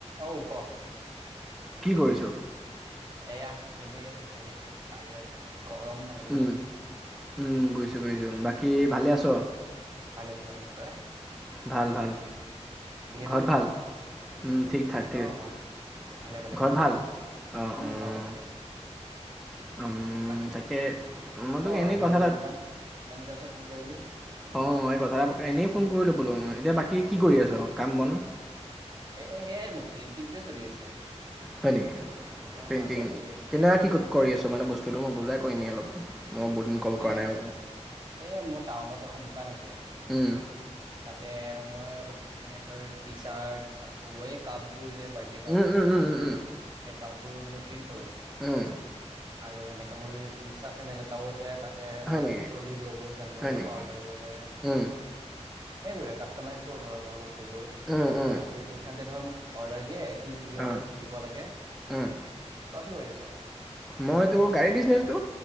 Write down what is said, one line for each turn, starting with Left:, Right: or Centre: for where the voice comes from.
Right: অঔ, ক।
Centre: কি কৰিছো?
Right: এয়া এনেই খোজ কঢ়ি আছো বাহিৰত। গৰম মানে বুজিছ
Centre: উম-উম বুজিছো বুজিছো। বাকী ভালে আছ?
Right: ভালে আছো। ভালে আছো। তই।
Centre: ভাল-ভাল
Right: ঠিকে
Centre: ঘৰত
Right: চলিছে
Centre: ভাল?
Right: চব
Centre: উম। ঠিক থঠাক ঠিক
Right: অ ভাল ভালে ভালে
Centre: ঘৰত
Right: মোৰো
Centre: ভাল?
Right: ভালে দে
Centre: অ',
Right: উম
Centre: অ'
Right: ঘৰতে ভালে আছে
Centre: উম।
Right: বাকী
Centre: তাকে মই
Right: ক
Centre: তোক এনেই
Right: আজি
Centre: কথা এাত
Right: ইমান ইমান দিনৰ পিছত ফোন কলি
Centre: অ' এই কথা এটা এনেই ফোন কৰিলো বোলো। এতিয়া বাকী। কি-কি কৰি আছ? কাম বন?
Right: এই সেয়াই মোৰ প্ৰিণ্টিংটোৱে চলি আছে।
Centre: হয় নেকি? <unintelligible>
Right: অ আগৰটোৱে উম
Centre: সুটো মই বুজাই কৰিম নি অলপ। মই বহুত দিন কল
Right: মানে,
Centre: কৰা নাই বোলো।
Right: এই মোৰ টাউনত এখন দোকান আছে।
Centre: উম,
Right: তাতে। মই অলপ মানে ধৰ টি চাৰ্ট, আকৌ এই কাপ বোৰ যে। বাৰ্থডে কাপ
Centre: উম,
Right: বোৰ।
Centre: উম, উম, উম, উম,
Right: এই কাপ বোৰ মানে। প্ৰিণ্ট কৰঁ
Centre: উম।
Right: আৰু এনেকে মোৰ ইনষ্টা চেনেলত। তও আছে তাত।
Centre: হয়
Right: আপলোড
Centre: নেকি?
Right: কৰো ভিডিঅ'বোৰ। সিহঁতেও
Centre: হয়
Right: তাৰপৰা
Centre: নেকি?
Right: অৰ্ডাৰ দিব পাৰে।
Centre: উম,
Right: সেইবৰে কাষ্টমাইজ কৰো ধৰ মই বস্তু। বসু
Centre: উম,
Right: কা
Centre: উম,
Right: কৰিনে সিহঁতে ধৰ ম অৰ্ডাৰ দিয়ে। কি
Centre: অঁ,
Right: দিব লাগে?
Centre: উম।
Right: সেইবোৰ তই কি কৰি আছ?
Centre: মই তোৰ গাড়ী বিজনেচটো।